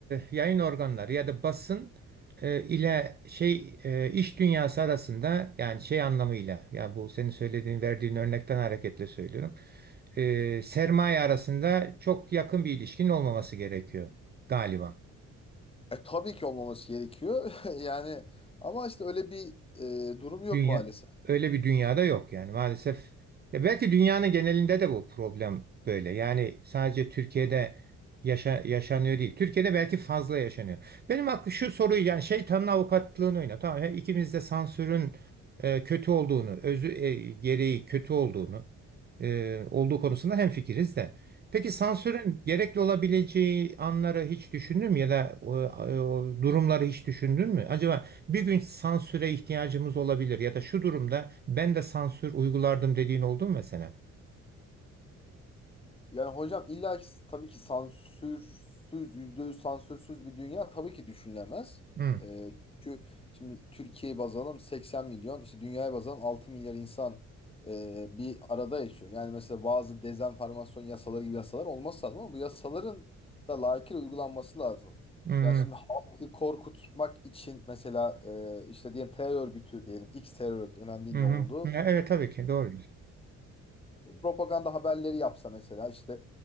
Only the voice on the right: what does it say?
yayın organları ya da basın e, ile şey e, iş dünyası arasında yani şey anlamıyla ya bu senin söylediğin verdiğin örnekten hareketle söylüyorum. E, sermaye arasında çok yakın bir ilişkinin olmaması gerekiyor galiba.
Dünya
öyle bir dünyada yok yani maalesef. Ya belki dünyanın genelinde de bu problem böyle. Yani sadece Türkiye'de yaşa, yaşanıyor değil. Türkiye'de belki fazla yaşanıyor. Benim aklım şu soruyu yani şeytanın avukatlığını oyna. Tamam he, ikimiz de sansürün e, kötü olduğunu, özü e, gereği kötü olduğunu e, olduğu konusunda hemfikiriz de. Peki sansürün gerekli olabileceği anları hiç düşündün mü ya da o, o durumları hiç düşündün mü? Acaba bir gün sansüre ihtiyacımız olabilir ya da şu durumda ben de sansür uygulardım dediğin oldu mu mesela?
Hı,
hı,
hı,
hı.
Evet tabii ki doğru.